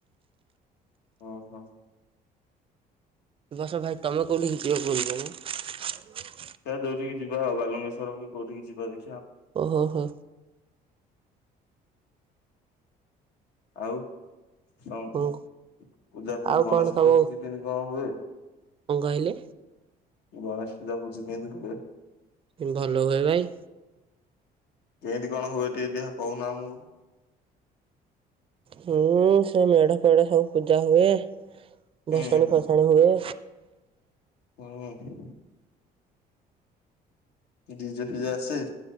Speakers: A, on the left (about 75°); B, on the right (about 35°).
A: ଓହୋ।
B: ବସ ଭାଇ ତମେ କେଉଁଠି ହେଇଯିବ ବୁଲ ମୁଁ? <inaudible>
A: ଯୋଉଠି ଯିବା ଆ ବାଲେଶ୍ର କୋଉଠିକି ଯିବା ଦେଖି?
B: ଓହୋ ହୋ।
A: ଆଉ। ଶଣ
B: ହଁ
A: ପୂଜା ପୂଜି
B: ଆଉ
A: ଗଣେଶ
B: କଣ ତମ
A: ପୂଜା ପୂଜିି କେମି କଣ ହୁଏ?
B: କଣ କହିଲେ
A: ଗଣେଶ ପୂଜା ପୂଜି କିଁତି ହୁଏ?
B: ଭଲ ହୁଏ ଭାଇ।
A: କେଁ ତି କଣ ହୁଏ ଟିଏ ଦେହ କଉନା ଆମକୁ?
B: ହୁଁ ସେ ମେଢ଼ ଫେଢ଼ ସବୁ ପୂଜା ହୁଏ।
A: ହୁଁ
B: ଭସାଣି ଫସାଣି ହୁଏ।
A: ହୁଁ। ଡିଜେ ଫିଜେ ଆସେ?